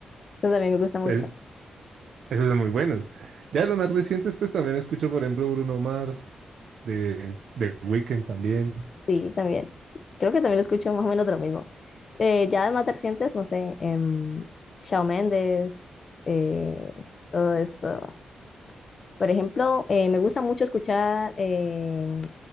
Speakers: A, on the left (about 40°); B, on the right (about 80°).
A: Eso también me gusta mucho.
B: es- esos son muy buenos. Ya de los más recientes, pues también escucho, por ejemplo, Bruno Mars, de, de Weeknd también.
A: Sí, también. Creo que también lo escucho más o menos de lo mismo. Eh, ya de más recientes, no sé, em, Shawn Mendes, eh, todo esto. Por ejemplo, eh, me gusta mucho escuchar em,